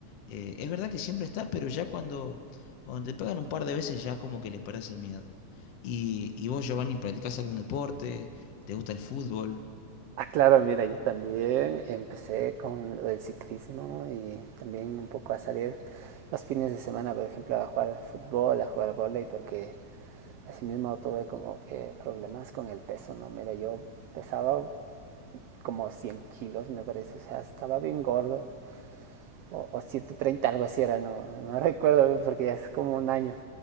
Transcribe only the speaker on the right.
Ah, claro, mira, yo también empecé con lo del ciclismo y también un poco a salir los fines de semana, por ejemplo, a jugar fútbol, a jugar vóley, porque así mismo tuve como que problemas con el peso, ¿no? Mira, yo pesaba como 100 kilos, me parece, o sea, estaba bien gordo o, o ciento treinta algo así era, no, no <laughs> recuerdo bien porque ya es como un año.